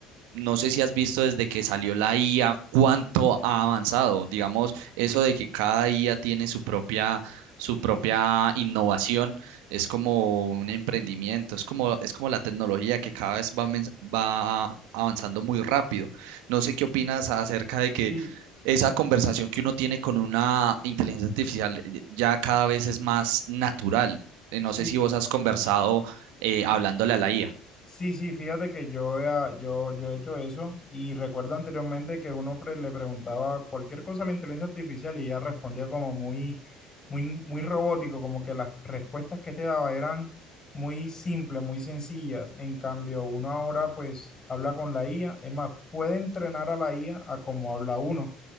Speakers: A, on the right; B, on the left.
A: no sé si has visto desde que salió la IA cuánto ha avanzado. Digamos, eso de que cada IA tiene su propia, su propia innovación, es como un emprendimiento, es como, es como la tecnología que cada vez va, men- va avanzando muy rápido. No sé qué opinas acerca de que
B: Sí,
A: esa conversación que uno tiene con una inteligencia artificial eh, ya cada vez es más natural. Eh, No
B: sí,
A: sé si vos has conversado eh, hablándole a la IA.
B: Sí, sí, fíjate que yo, he a- yo, yo he hecho eso y recuerdo anteriormente que uno pre- le preguntaba cualquier cosa a la inteligencia artificial y ella respondía como muy, muy, muy robótico, como que las respuestas que te daba eran muy simples, muy sencillas. En cambio, uno ahora pues habla con la IA, es más, puede entrenar a la IA a a cómo habla uno.